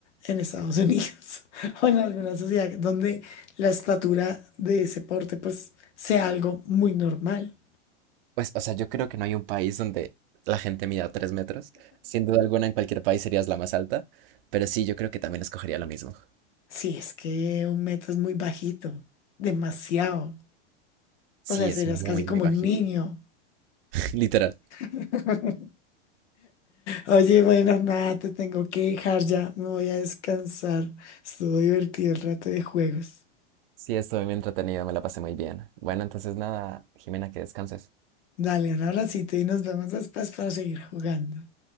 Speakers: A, on the left (about 85°); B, on the right (about 55°).
A: en Estados Unidos <laughs> o en alguna sociedad donde la estatura de ese porte pues sea algo muy normal.
B: Pues, o sea, yo creo que no hay un país donde la gente mida tres metros. Sin duda alguna, en cualquier país serías la más alta, pero sí, yo creo que también escogería lo mismo.
A: Si es que un metro es muy bajito, demasiado.
B: Sí,
A: O sea,
B: es
A: serías
B: muy,
A: casi como
B: muy bajito.
A: un niño.
B: <laughs> Literal.
A: <laughs> Oye, bueno, nada, te tengo que dejar ya. Me voy a descansar. Estuvo divertido el rato de juegos.
B: Sí, estuve muy entretenido, me la pasé muy bien. Bueno, entonces nada, Jimena, que descanses.
A: Dale, un abracito y nos vemos después para seguir jugando.